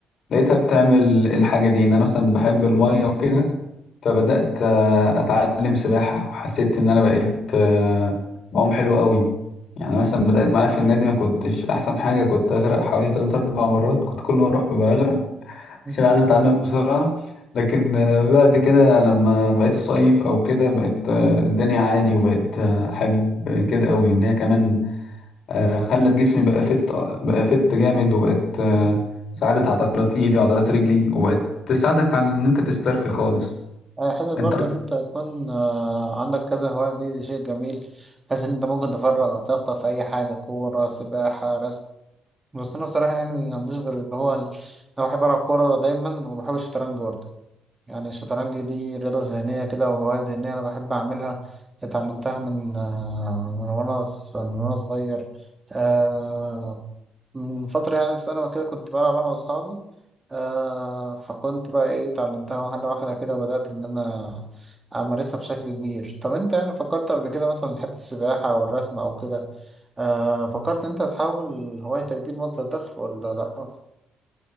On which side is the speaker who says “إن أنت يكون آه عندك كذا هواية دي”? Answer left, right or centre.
Right